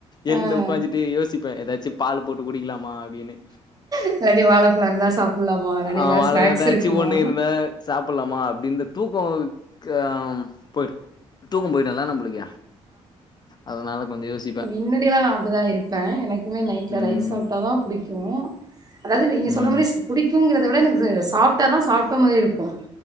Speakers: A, on the left; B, on the right.
A: எழுந்து
B: ஆ
A: உக்காஞ்சிட்டு யோசிப்ப ஏதாச்சி பால் போட்டு குடிக்கலாமா அப்டின்னு
B: இல்லாட்டி வாழைப்பழம் இருந்தா சாப்புட்லாமா இல்லாட்டி
A: ஆமா
B: ஏதாவது
A: அதுல
B: ஸ்நாக்ஸ்
A: ஏதாச்சி
B: இருக்குமா
A: ஒன்னு இருந்தா சாப்புல்லாமா அப்டின் இந்த தூக்கம் ஹ போயிடும் தூக்கம் போய்டும்ல நம்பளுக்க அதனால கொஞ்ச யோசி
B: முன்னடில்லா நா அப்டிதா இருப்பே எனக்குமே நைட்ல
A: ம்
B: ரைஸ் சாப்ட்டாதா புடிக்கோ அதாவது நீங்க சொல்ற
A: ம்
B: மாரி புடிக்கங்குறத விட எனக்கு சாப்ட்டாதா சாப்ட்ட மாரி இருக்கோ